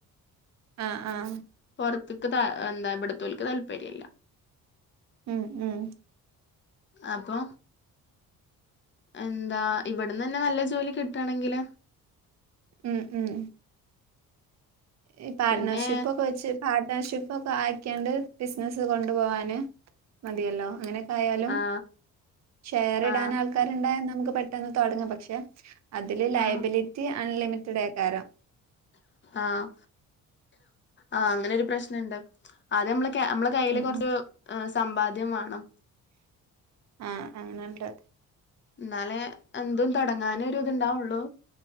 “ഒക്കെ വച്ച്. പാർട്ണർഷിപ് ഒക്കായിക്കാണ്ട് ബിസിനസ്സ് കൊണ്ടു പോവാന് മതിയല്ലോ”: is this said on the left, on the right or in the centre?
Right